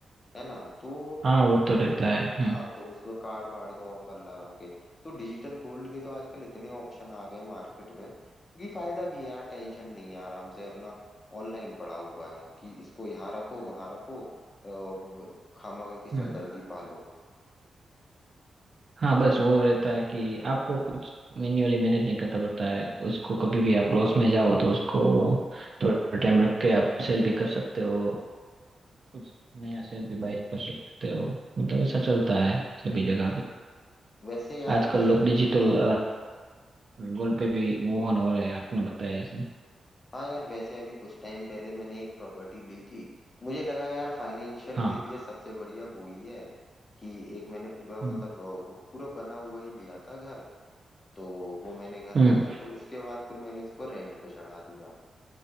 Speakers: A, on the left (about 40°); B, on the right (about 55°).
A: है ना तो
B: हाँ वो तो रहता है हम्म
A: हाँ तो उसमें कार्ड वार्ड का ऑफर लगा के तो डिजिटल गोल्ड के तो आजकल इतने ऑप्शन आ गए मार्केट में क्योंकि फायदा भी है यार टेंशन नहीं है आराम से अपना ऑनलाइन पड़ा हुआ है कि इसको यहाँ रखो वहां रखो अ, खामखा की सरदर्दी
B: हम्म
A: पालो
B: हाँ बस वो रहता है कि आपको कुछ मैन्युअली मैनेज नहीं करता पड़ता है उसको कभी भी आप लॉस में जाओ तो उसको थोड़ा टाइम रख के आप सेल भी कर सकते हो कुछ नया शेयर भी बाय कर सकते हो मतलब ऐसा चलता है सभी जगह
A: वैसे यार
B: आजकल
A: बस
B: लोग
A: हाँ
B: डिजिटल गोल पे भी मूव ऑन हो रहे हैं आपने बताया ऐसे
A: हाँ यार वैसे अभी कुछ टाइम पहले मैंने एक प्रॉपर्टी ली थी मुझे लगा यार फाइनेंशियल
B: हाँ
A: के लिए सबसे बढ़िया वो ही है कि एक मैंने पूरा मतलब
B: हम्म
A: अ, पूरा बना हुआ ही लिया था घर तो वो मैंने घर
B: हम्म
A: लिया फिर उसके बाद फिर मैंने उसको रेंट पे चढ़ा दिया